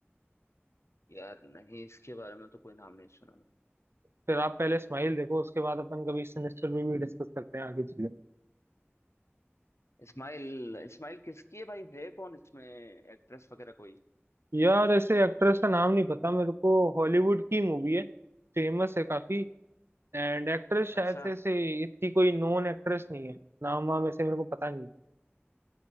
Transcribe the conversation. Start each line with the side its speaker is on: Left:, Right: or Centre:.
Left: यार नहीं इसके बारे में तो कोई नाम नहीं सुना मैंने
Right: फिर आप पहले स्माइल देखो उसके बाद अपन कभी सिनिस्टर भी, भी डिस्कस करते हैं आगे चीजें
Left: इस्माइल इस्माइल किसकी है भाई है कौन इसमें एक्ट्रेस वगैरह कोई
Right: यार ऐसे एक्ट्रेस का नाम नहीं पता मेरे को हॉलीवुड की मूवी है फेमस है काफी एंड एक्ट्रेस शायद
Left: अच्छा
Right: से ऐसे इतनी कोई नोन एक्ट्रेस नहीं है नाम वाम ऐसे मेरे को पता नहीं है।